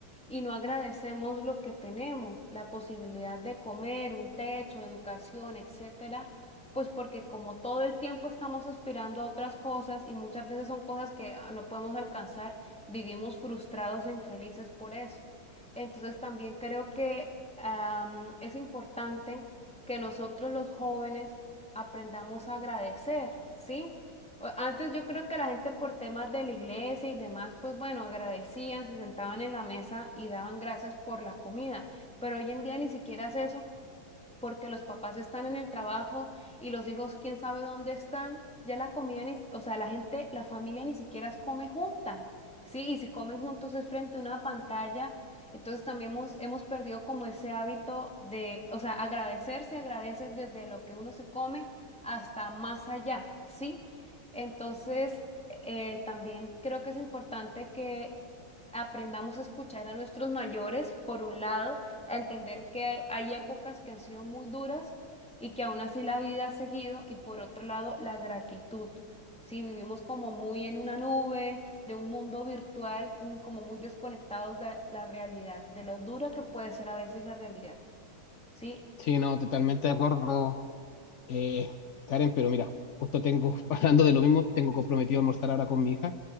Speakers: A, in the centre; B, on the left.
A: y no agradecemos lo que tenemos, la posibilidad de comer, un techo, educación, etcétera, pues porque como todo el tiempo estamos aspirando a otras cosas y muchas veces son cosas que ah, no podemos alcanzar, vivimos frustrados e infelices por eso. Entonces también creo que am, es importante que nosotros los jóvenes aprendamos a agradecer, ¿sí? O- Antes yo creo que la gente por temas de la iglesia y demás, pues bueno, agradecían, se sentaban en la mesa y daban gracias por la comida, pero hoy en día ni siquiera es eso porque los papás están en el trabajo y los hijos quién sabe dónde están, ya la comida ni, si- o sea, la gente, la familia ni siquiera come junta, ¿sí? Y si comen juntos es frente a una pantalla, entonces también hemos, hemos perdido como ese hábito de, o sea, agradecer se agradece desde lo que uno se come hasta más allá, ¿sí? Entonces, eh, también creo que es importante que aprendamos a escuchar a nuestros mayores, por un lado, a entender que hay épocas que han sido muy duras y que aún así la vida ha seguido, y por otro lado, la gratitud. Si vivimos como muy en una nube, de un mundo virtual, un- como muy desconectados de la realidad, de lo dura que puede ser a veces la realidad. Sí,
B: Sí, no, totalmente de acuerdo. Eh, Karen, pero mira, justo tengo, <laughs> hablando de lo mismo, tengo comprometido a almorzar ahora con mi hija.